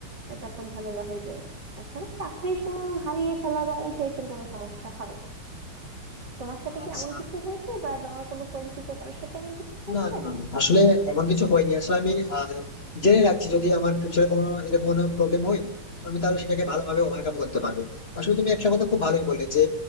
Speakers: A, on the right; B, on the left.
A: আহ, তখন ঝামেলা হয়ে যায় তাছাড়া চাকরি আহ, হারিয়ে ফেলা বা এই টাইপের কোনো সমস্যা হয় না তোমার সাথে
B: আচ্ছা
A: কি এমন কিছু হয়েছে বা তোমার কোনো পরিচিত কারোর সাথে এমন কিছু হয়েছে
B: না না না না। আসলে এমন কিছু হয়নি আসলে আমি আহ, জেনে রাখছি যদি আমার ফিউচারে কোনো এরকম কোনো প্রবলেম হয় তো আমি তাহলে সেটাকে ভালোভাবে ওভারকাম করতে পারবো আসলে তুমি একটা কথা খুব ভালোই বললে যে